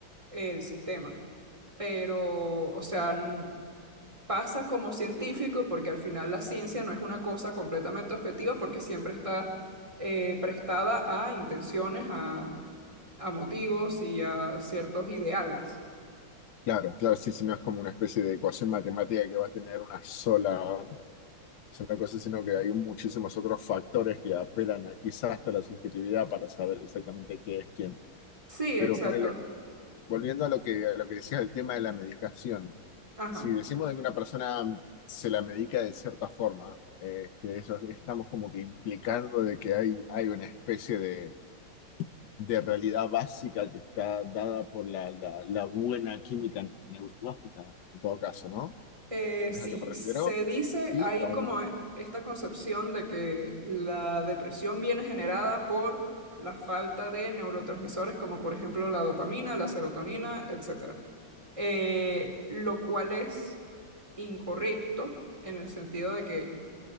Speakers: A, on the right (about 15°); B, on the left (about 65°).
A: el sistema. Pero, o sea, n- pasa como científico porque al final la ciencia no es una cosa completamente objetiva porque siempre está eh, prestada a intenciones, a, a motivos y a ciertos ideales.
B: claro, claro, sí, sí, no es como una especie de ecuación matemática que va a tener una sola, sola cosa, sino que hay muchísimos otros factores que apelan a quizás hasta la subjetividad para saber exactamente qué es quién.
A: Sí,
B: Pero
A: exacto.
B: ponele. volviendo a lo que, a lo que decías del tema de la medicación,
A: Ajá.
B: si decimos de que una persona se la medica de cierta forma, este, eso, estamos como que implicando de que hay, hay una especie de, de realidad básica que está dada por la, la, la buena química neurológica, en todo caso, ¿no?
A: Eh,
B: ¿Tenés
A: sí,
B: a qué me refiero?
A: se dice,
B: ¿Sí
A: hay
B: o
A: como
B: no?
A: e- esta concepción de que la depresión viene generada por la falta de neurotransmisores como por ejemplo la dopamina, la serotonina, etcétera. Eh, lo cual es incorrecto en el sentido de que